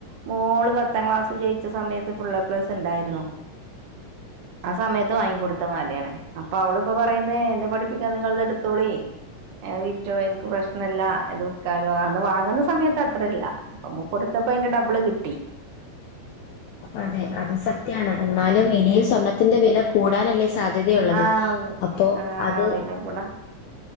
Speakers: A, on the right; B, on the left.
A: മോള് പത്താം ക്ലാസ് ജയിച്ച സമയത്ത് ഫുള്ള് ഏ പ്ലസ് ഉണ്ടായിരുന്നു ആ സമയത്ത് വാങ്ങിക്കൊടുത്ത മാലയാണ് അപ്പൊ അവളിപ്പൊ പറയുന്നേ എന്നെ പഠിപ്പിക്കാൻ നിങ്ങളത് എടുത്തോളി വിറ്റോ എനിക്ക് പ്രശ്നല്ല ഇത് വിൽക്കാലോ അന്ന് വാങ്ങുന്ന സമയത്ത് അത്രല്ല പ്പോ കൊടുത്തപ്പ അതിന്റെ ഡബിള് കിട്ടി
B: അതെ അത് സത്യാണ് എന്നാലും ഇനിയും
A: ഉം
B: സ്വർണ്ണത്തിന്റെ വില കൂടാനല്ലേ സാധ്യതയുള്ളത്
A: ആഹ്
B: അപ്പോ
A: ആഹ്
B: അത്
A: വില കൂടാ